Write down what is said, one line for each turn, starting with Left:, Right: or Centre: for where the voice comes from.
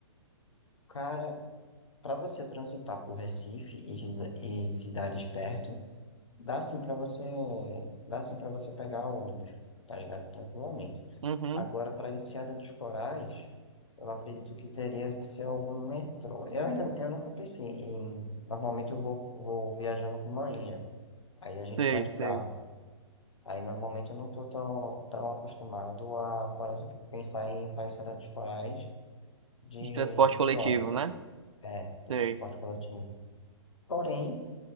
Left: Cara, Para você transitar por Recife e, resi- e cidades perto, dá sim para você, dá sim para você pegar ônibus, tá ligado? Tranquilamente.
Right: Uhum,
Left: Agora, para Enseada dos Corais, eu acredito que teria que ser algum metrô. Eu ainda, eu nunca pensei em. Normalmente eu vou, vou viajando com manhã, aí a gente
Right: sei,
Left: vai de
Right: sei.
Left: carro. Aí normalmente eu não tô tão, tão acostumado a, por exemplo, pensar em para Enseada dos Corais de,
Right: De transporte coletivo,
Left: de ônibus.
Right: né?
Left: É, de
Right: Sei.
Left: transporte coletivo. Porém,